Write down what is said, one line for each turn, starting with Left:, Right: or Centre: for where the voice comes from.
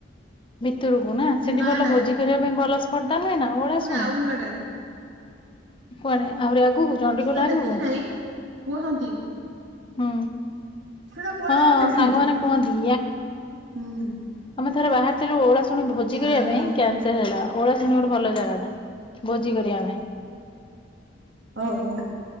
Left: ଭିତରକୁ ନା ସେଠି
Right: ନାଇଁ
Left: ଭଲ
Right: ନାଇଁ
Left: ଭୋଜି କରିବା ପାଇଁ ଭଲ ସ୍ପର୍ଟା ନୁହେ ନା ଓଳାଶୁଣି।
Right: ଆଉ ହଡେ।
Left: କୁଆଡ଼େ ଆହୁରି ଆଗକୁ। ଚଣ୍ଡିଖୋଲ
Right: କି ତ
Left: ଆଗକୁ
Right: ଦେଖି
Left: ହୁଁ
Right: ନାହିଁ କୁହନ୍ତି।
Left: ହୁଁ
Right: ସେଟା କୁଆଡେ
Left: ହଁ
Right: ମୁଁ ଦେଖିନି।
Left: ସାଙ୍ଗମାନେ କୁହନ୍ତି।
Right: ହୁଁ
Left: ଆମେ ଥରେ ବାହାରଥିଲୁ ଓଳା ଶୁଣି ଭୋଜି କରିବା
Right: ଓହୋ
Left: ପାଇଁ କ୍ୟାନସଲ ହେଲା ଓଳା ଶୁଣି ଗୋଟେ ଭଲ ଜାଗା ନା। ଭୋଜି କରିବା ପାଇଁ।
Right: ଓ ହୋ।